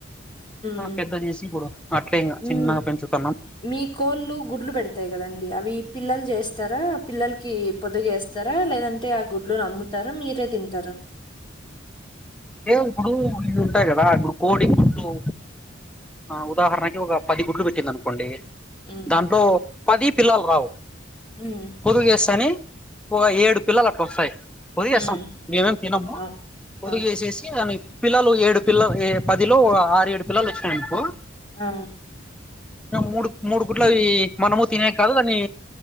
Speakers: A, on the left (about 25°); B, in the centre.
A: ఉమ్
B: పెద్ద జేసి ఇబుడు అట్లే ఇంగ
A: ఉమ్
B: చిన్నగా పెంచుతన్
A: మీ కోళ్ళు గుడ్లు బెడతాయి గదండి అవి పిల్లల్ చేస్తారా పిల్లల్కి పొదుగేస్ స్తరా లేదంటే ఆ గుడ్లు అమ్ముతారా మీరే తింటరా
B: లేదిప్పుడు ఇవి ఉంటాయి కదా ఇప్పుడు కోడి గుడ్లు ఆ ఉదాహరణకి ఒక పది గుడ్లు పెట్టింది అనుకోండి
A: ఉమ్
B: దాంట్లో పది పిల్లలు రావు
A: ఉమ్
B: పొదులు చేస్తానే ఒ ఏడు పిల్లలు అట్లా వస్తాయ్ పొదిగెస్తాం
A: ఉమ్
B: మేమేం తినము
A: ఆ!
B: పొదిగి
A: ఆ!
B: యేసేసి దాని పిల్లలు ఏడు పిల్లలు ఏ పదిలో ఒక ఆరు ఏడు పిల్లలు వచ్చినాయి అనుకో
A: ఆ!
B: మూడు మూడు గుట్లువి మనము తినే కాదు దాన్ని